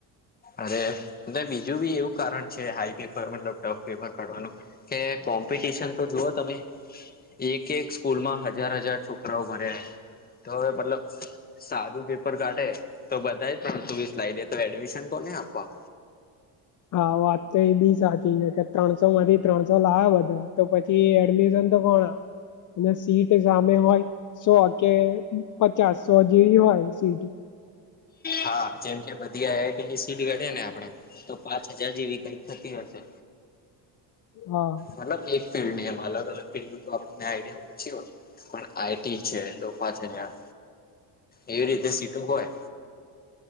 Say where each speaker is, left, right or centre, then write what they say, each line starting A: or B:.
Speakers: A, on the left; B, on the left.
A: અરે ને બીજું બી એવું કારણ છે, હાઈ પેપર મતલબ ટફ પેપર કાઢવાનું કે કોમ્પિટિશન તો જુઓ તમે એક એક સ્કૂલમાં હજાર હજાર છોકરાઓ ભર્યા તો હવે મતલબ સાદું પેપર કાઢે તો બધાએ ત્રણસો વીસ લાઇ દે તો એડમિશન કોને આપવા?
B: હા વાત તો એ બી સાચી છે, કે ત્રણસો માંથી ત્રણસો લાવે બધા તો પ કે એડમિશન તો કોણ અને સીટ સામે હોય સો કે પચાસ સો જેવી હોય સીટ
A: હા જેમ કે બધી આઈ આઈટીની સીટ ગણીયે ને આપડે તો પાંચ હજાર જેવી કઈક થતી હશે
B: હા.
A: મતલબ એક ફિલ્ડની એમ અલગ ફિલ્ડનુ તો આપણને આઈડિયા ઓછી હોય પણ આઈટી છે, તો પાચ હજાર એવી રીતે સીટો હોય